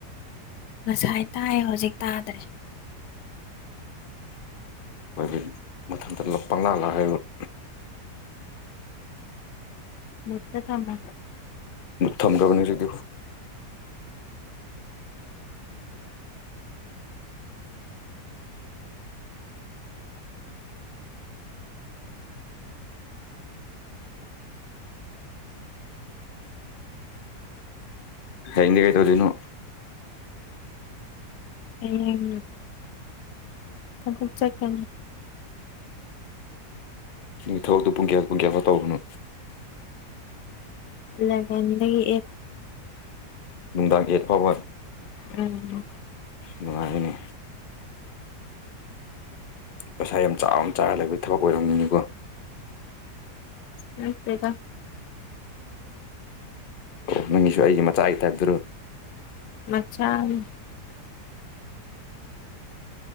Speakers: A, on the left (about 75°); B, on the left (about 45°).
A: ꯉꯁꯥꯏ ꯇꯥꯏ ꯍꯧꯖꯤꯛ ꯇꯥꯗ꯭ꯔꯦ
B: <unintelligible> ꯄꯪꯂꯥꯡ ꯂꯥꯡ <unintelligible>
A: ꯃꯨꯠꯇ ꯊꯃꯥꯝꯕ
B: ꯊꯝꯒꯕꯅꯤ ꯍꯧꯖꯤꯛꯇꯤ ꯍꯌꯦꯡꯗꯤ ꯀꯩ ꯇꯧꯗꯣꯏꯅꯣ
A: ꯍꯌꯦꯡ ꯊꯕꯛ ꯆꯠꯀꯅꯤ
B: ꯅꯣꯏ ꯊꯕꯛꯇꯨ ꯄꯨꯡ ꯀꯌꯥ ꯄꯨꯡ ꯀꯌꯥꯐꯧ ꯇꯧꯕꯅꯣ
A: ꯑꯂꯦꯕꯦꯟꯗꯒꯤ ꯑꯦꯠ
B: ꯅꯨꯡꯗꯥꯡꯒꯤ ꯑꯦꯠ ꯐꯥꯎꯕ
A: ꯎꯝ
B: ꯅꯨꯡꯉꯥꯏꯔꯦꯅꯦ ꯄꯩꯁꯥ ꯌꯥꯝ ꯆꯥꯎꯅ ꯆꯥꯔꯒ ꯂꯩꯕꯒꯤ ꯊꯕꯛ ꯑꯣꯏꯔꯝꯅꯤꯀꯣ
A: ꯅꯠꯇꯦꯗ
B: ꯑꯣ ꯅꯪꯒꯤꯁꯨ ꯑꯩꯒꯤ ꯃꯆꯥꯒꯤ ꯇꯥꯏꯞꯇꯔꯣ
A: ꯃꯆꯥꯅꯤ